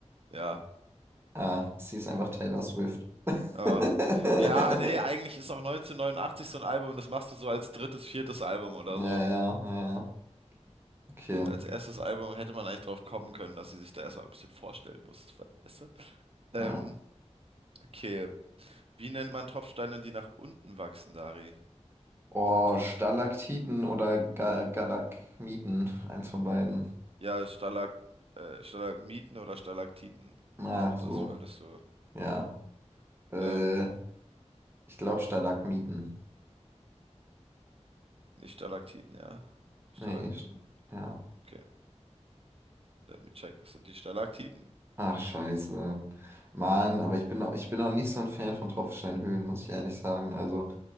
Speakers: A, on the right; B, on the right.
A: Ja.
B: Ah, sie ist einfach Taylor Swift. <laughs>
A: Oh. Ja, nee, eigentlich ist auch 1989 so ein Album und das machst du so als drittes, viertes Album oder
B: Ja,
A: so.
B: ja, ja, ja. Okay.
A: Und als erstes Album hätte man eigentlich drauf kommen können, dass sie sich da erstmal ein bisschen vorstellen muss, weißt du? Ähm,
B: Ja.
A: okay. Wie nennt man Tropfsteine, die nach unten wachsen, Dari?
B: Oh,
A: Sind es
B: Stalaktiten oder Ga Galakmiten. Eins von beiden.
A: Ja, Stalag, äh, Stalagmiten oder Stalaktiten.
B: Ah,
A: Ich glaube,
B: so.
A: das wolltest du.
B: Ja. Äh,
A: Ähm,
B: ich glaube Stalagmiten.
A: nicht Stalaktiten, ja. Stalagmiten.
B: Nee, st- ja.
A: Okay, let me check. Es sind die Stalaktiten.
B: Ach, scheiße. Mann, aber ich bin auch, ich bin auch nicht so ein Fan von Tropfsteinhöhlen, muss ich ehrlich sagen. Also,